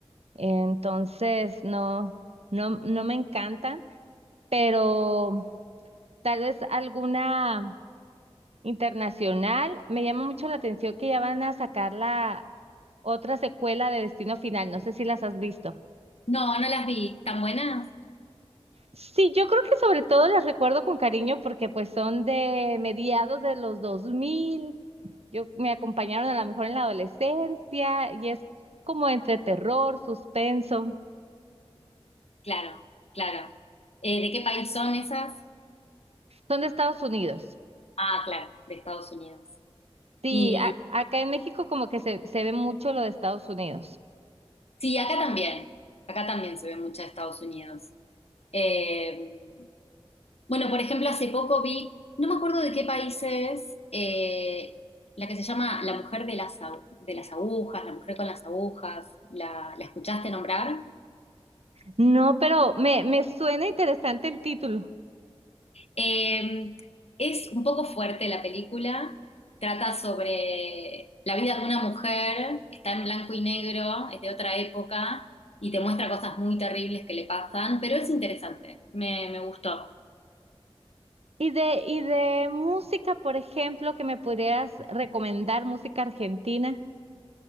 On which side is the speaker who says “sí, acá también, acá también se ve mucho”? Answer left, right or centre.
Left